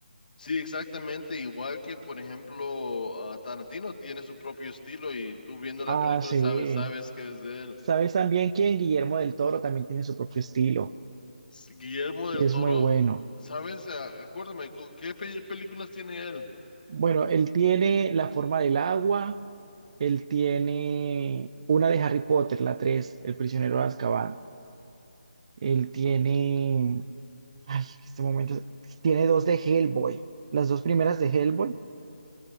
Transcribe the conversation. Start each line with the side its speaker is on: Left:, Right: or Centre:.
Left: sí, exactamente. Igual que, por ejemplo, ah, Tarantino tiene su propio estilo y tú viendo la
Right: Ah,
Left: película
Right: sí.
Left: sabes, sabes que es de él.
Right: ¿Sabes también quién? Guillermo del Toro también tiene su propio estilo
Left: S- Guillermo del
Right: y es
Left: Toro,
Right: muy bueno.
Left: ¿sabes? Ah, Acuérdame, ¿cu- ¿qué pe- películas tiene él?
Right: Bueno, él tiene La forma del agua, él tiene una de Harry Potter, la 3, El prisionero de Azkaban. Él tiene Ay, este momento es- tiene dos de Hellboy. Las dos primeras de Hellboy.